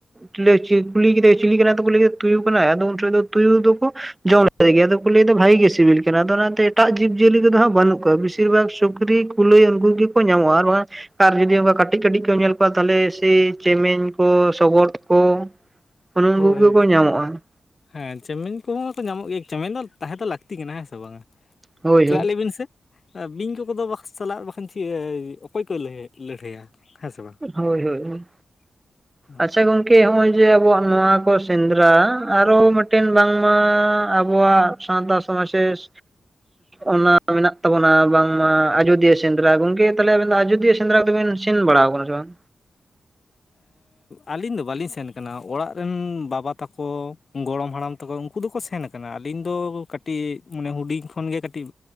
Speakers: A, on the right (about 20°); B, on the left (about 45°).
A: ᱠᱩᱞᱤ ᱠᱮᱫᱮ ᱪᱤᱞᱤ ᱠᱟᱱᱟᱭ ᱟᱫᱚ ᱠᱚ ᱞᱟᱹᱭ ᱠᱮᱫᱟ ᱛᱩᱭᱩ ᱠᱟᱱᱟᱭ ᱟᱫᱚ ᱩᱱ ᱨᱮᱫᱚ ᱛᱩᱭᱩ ᱫᱚᱠᱚ ᱡᱚᱢ ᱞᱮ ᱟᱫᱚ ᱠᱚ ᱞᱟᱹᱭᱫᱟ ᱵᱷᱟᱜᱤ ᱜᱮ ᱥᱤᱵᱤᱞ ᱠᱟᱱᱟ ᱟᱫᱚ ᱚᱱᱟᱛᱮ ᱮᱴᱟᱜ ᱡᱤᱵᱽᱼᱡᱤᱭᱟᱹᱞᱤ ᱠᱚᱫᱚ ᱦᱟᱸᱜ ᱵᱟᱹᱱᱩᱜ ᱠᱚᱣᱟ ᱵᱮᱥᱤᱨ ᱵᱷᱟᱠ ᱥᱩᱠᱨᱤ ᱠᱩᱞᱟᱹᱭ ᱩᱱᱠᱩ ᱜᱮᱠᱚ ᱧᱟᱢᱚᱜᱼᱟ ᱡᱩᱫᱤ ᱚᱱᱠᱟ ᱠᱟᱹᱴᱤᱡ ᱠᱟᱹᱴᱤᱡ ᱠᱚ ᱧᱮᱞ ᱵᱟ ᱛᱟᱞᱮ ᱥᱮ ᱪᱮᱢᱮᱧ ᱠᱚ ᱥᱚᱜᱚᱴ ᱠᱚ ᱩᱱ ᱩᱱᱠᱩᱜᱮ
B: ᱦᱳᱭ ᱦᱳᱭ
A: ᱠᱚ ᱧᱟᱢᱚᱜᱼᱟ ᱾
B: ᱦᱮᱸ ᱪᱮᱢᱮᱱ ᱠᱚᱦᱚᱸᱠᱚ ᱧᱟᱢᱚᱜ ᱜᱮᱭᱟ ᱪᱮᱢᱮᱱ ᱫᱚ ᱛᱟᱦᱮᱸ ᱫᱚ ᱞᱟᱹᱠᱛᱤ ᱠᱟᱱᱟ ᱦᱮᱸ ᱥᱮ ᱵᱟᱝᱼᱟ
A: ᱦᱳᱭ
B: ᱪᱟᱜ
A: ᱦᱳᱭ
B: ᱞᱮᱭ ᱵᱤᱱ ᱥᱮ ᱵᱤᱧ ᱠᱚᱫᱚ ᱵᱟᱠᱥ ᱥᱟᱞᱟᱜ ᱵᱟᱠᱷᱟᱱ ᱪᱮᱜ ᱚᱠᱚᱭ ᱠᱚ ᱞᱮᱦᱮᱜ ᱞᱟᱹᱭᱦᱟᱹᱭᱟ ᱦᱮᱸ ᱥᱮ ᱵᱟᱝ ᱾
A: ᱦᱳᱭ ᱦᱳᱭ
B: <unintelligible>
A: ᱟᱪᱪᱷᱟ ᱜᱚᱝᱠᱮ ᱦᱚᱜᱼᱚᱭ ᱡᱮ ᱟᱵᱚᱣᱟᱜ ᱱᱚᱣᱟ ᱠᱚ ᱥᱮᱸᱫᱽᱨᱟ ᱟᱨᱚ ᱢᱤᱫᱴᱮᱱ ᱵᱟᱝᱢᱟ ᱟᱵᱚᱣᱟᱜ ᱥᱟᱣᱛᱟ ᱥᱚᱢᱟ ᱥᱮᱥ ᱚᱱᱟ ᱢᱮᱱᱟᱜ ᱛᱟᱵᱚᱱᱟ ᱵᱟᱝᱢᱟ ᱟᱡᱚᱫᱤᱭᱟᱹ ᱥᱮᱸᱫᱽᱨᱟ ᱜᱚᱝᱠᱮ ᱛᱟᱞᱮ ᱟᱵᱤᱱ ᱫᱚ ᱟᱡᱚᱫᱤᱭᱟᱹ ᱥᱮᱸᱫᱽᱨᱟ ᱫᱚᱵᱤᱱ ᱪᱷᱤᱱ ᱵᱟᱲᱟᱣ ᱠᱟᱱᱟ ᱥᱮ ᱵᱟᱝ
B: ᱟᱹᱞᱤᱧ ᱫᱚ ᱵᱟᱞᱤᱧ ᱥᱮᱱ ᱠᱟᱱᱟ ᱚᱲᱟᱜ ᱨᱮᱱ ᱵᱟᱵᱟ ᱛᱟᱠᱚ᱾ ᱜᱚᱲᱚᱢ ᱦᱟᱲᱟᱢ ᱛᱟᱠᱚ ᱩᱱᱠᱩ ᱫᱚᱠᱚ ᱥᱮᱱ ᱟᱠᱟᱱᱟ ᱟᱹᱞᱤᱧ ᱫᱚ ᱠᱟᱹᱴᱤᱡ ᱢᱟᱱᱮ ᱦᱩᱰᱤᱧ ᱠᱷᱚᱱᱜᱮ ᱠᱟᱹᱴᱤᱡ